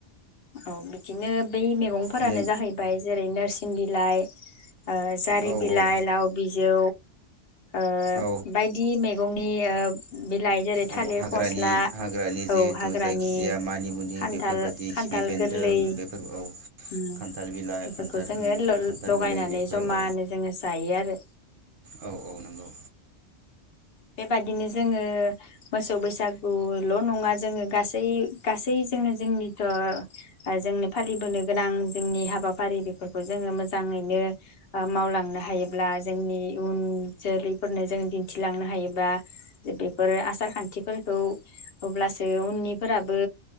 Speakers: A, on the left; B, on the right.
A: औ बिदिनो बै मैगंफोरानो
B: नों
A: जाहैबाय जेरै नोर सिं बिलाइ ओ जारि
B: औ
A: बिलाइ लाव बि जौ ओ
B: औ
A: बायदि मे गंनि ओ बिलाइ जेरै
B: औ
A: थालिर
B: हाग्रानि
A: फस्ला
B: हाग्रानि जिहेथु
A: औ हाग्रानि
B: जायखिजाया मानिमुनि
A: खान्थाल
B: बेफोरबायदि खिफि
A: थाल
B: बेन्दों
A: गोरलै
B: बेफोर औ
A: उ
B: खान्थाल बिलाइ
A: बेफोरखौ
B: खान्थाल
A: जोङो
B: उम
A: ल
B: खान्थाल
A: लगायनानै
B: गोरलै बेफोर
A: जमानो
B: औ
A: जोङो जायो आरो।
B: औ औ नंगौ
A: बेबादिनो जोङो मोसौ बैसागुल' नङा जोङो गासै गासै जोङो जोंनिथ' ओ-जोंनि फालिबोनो गोनां जोंनि हाबाफारि बेफोरखौ जोङो मोजाङैनो ओ- मावलांनो हायोब्ला जोंनि उन जोलैफोरनो जों दिन्थिलांनो। हायोबा बेफोर आसार खान्थिफोरखौ अब्लासो उननिफोराबो